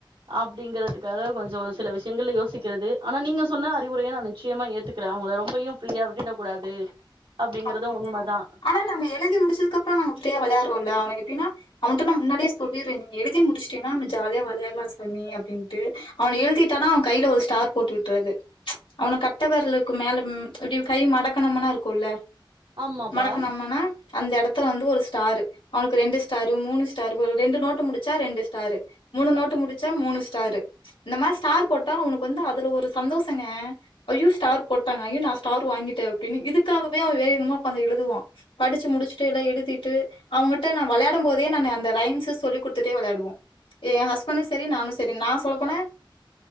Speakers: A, on the right; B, on the left.
A: அப்பிடிங்கறதுக்காக கொஞ்சோ சில விஷயங்கள் யோசிக்கிறது ஆனா நீங்க சொன்ன அறிவுரையை நா நிச்சயமா ஏத்துக் க்கர அவுங்கள ரொம்பையு ப்ரீயா விட்டுடக் கூடாது அப்டிங்கறது
B: ஆமாங்க
A: உண்மதா
B: ஆனா நாம எழுதி முடிச்சது அப்புறோ நாங்க ப்ரீயா விளையாடுறோல்ல எப்பிடினா அவன்ட நா முன்னாடியே சொல்லிருவே நீ எழுதி முடிச்சிடினா நம ஜாலியா விளையாலா சாமி அப்பிடின்ட்டு அவன எழுதி ட்டனா அவ கையில ஒரு ஸ்டார் போட்டுவிட் ட்றது அவன கட்டவரலளுக்கு மேல இப்பிடி கை மடக்கணும்னா இருக்கும்ல
A: ஆமாப்பா
B: மடக்கணம்மனா அந்த இடத்துல வந்து ஒரு ஸ்டாரு அவனுக்கு ரெண்டு ஸ்டாரு மூணு ஸ்டாரு ரெண்டு நோட்டு முடிச்சா ரெண்டு ஸ்டாரு மூணு நோட்டு முடிச்சா மூணு ஸ்டாரு இந்த மாரி ஸ்டார் போட்டா அவனுக்கு வந்து அதுல ஒரு சந்தோஷங்க ஐயோ ஸ்டார் போட்டாங்க ஐயோ நா ஸ்டார் வாங்கிட்டே அப்பிடின்னு இதுக்காக இப்பயு அவே வேகமாக உட்கார்ந்து எழுதுவா படிச்சி முடிச்சிட்டு எல்லா எழுதிட்டு அவங்கிட்ட நா விளையாடு போதே அந்த ரைம்ஸ் சொல்லி குடுத்துட்டே விளையாடுவோ ஏ ஹஸ்பண்டு சரி நானு சரி நா சொல்ல போன